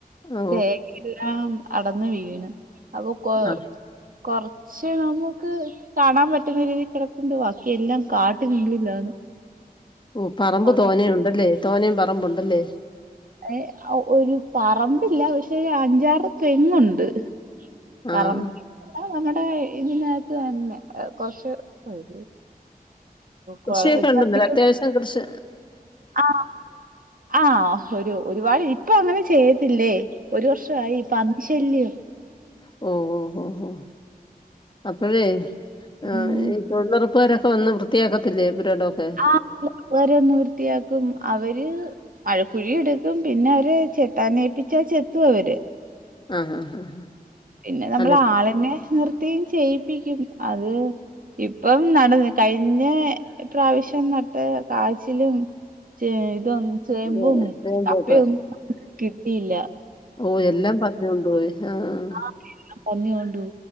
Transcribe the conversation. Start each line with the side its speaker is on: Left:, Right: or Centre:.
Left: ഓ
Right: തേങ്ങയെല്ലാം അടന്ന് വീണ് അതൊക്കോ
Left: ആ
Right: കൊറച്ച് നമുക്ക് കാണാൻ പറ്റുന്ന രീതി കിടപ്പുണ്ട് ബാക്കി എല്ലാം കാട്ടിനുള്ളിലാണ്
Left: ഉം പറമ്പ്
Right: ഉണങ്ങി
Left: തോനേയുണ്ടല്ലേ തോനേം പ റമ്പുണ്ടല്ലേ
Right: എ ഒ ഒരു പറമ്പില്ല പക്ഷേ അഞ്ചാറ് തെങ്ങുണ്ട് പറമ്പായിട്ടല്ല
Left: ആഹ്
Right: നമ്മുടെ ഇതിനകത്ത് തന്നെ കൊറച്ച് ഒരു
Left: കൃഷിയൊക്കെ
Right: കൊ- ഒരു
Left: ഉണ്ട്ന്നില്ല
Right: പത്തിരുപത്
Left: അത്യാവശ്യം കൃഷ്
Right: ആ ആ ഒരു ഒരുപാട് ഇപ്പൊ അങ്ങനെ ചെയ്യ ഇല്ലേ ഒരു വർഷായി പന്നി ശല്യം
Left: ഓ ഓ ഓ ഓ അപ്പഴേ ആഹ്
Right: ഉം.
Left: ഈ തൊഴിലൊറ പ്പാരൊക്കെ വന്ന് വൃത്തിയാക്കത്തില്ലേ പുരയിടമൊക്കെ
Right: ആ വരും വൃത്തിയാക്കും അവര് മഴക്കുഴി എട്ക്കും പിന്നെ അവര് ചെത്താനേൽപ്പിച്ചാ ചെത്തും അവര്
Left: ആ ഹ ഹ ഹാ
Right: പിന്നെ നമ്മൾ
Left: അല്ല
Right: ആളെനെ നിർത്തി ചെയ്യും ചെയ്യിപ്പിക്കും അത് ഇപ്പൊ കഴിഞ്ഞ പ്രാവശ്യം നട്ട കാച്ചിലും ഇതൊ ചേമ്പും
Left: ഏ, ചേമ്പൊക്കെ
Right: കപ്പയും ഒന്നും ഇല്ല
Left: ഓ എല്ലാം പന്നികൊണ്ടു പോയി ആഹ
Right: ആ എല്ലാം പന്നി കണ്ടു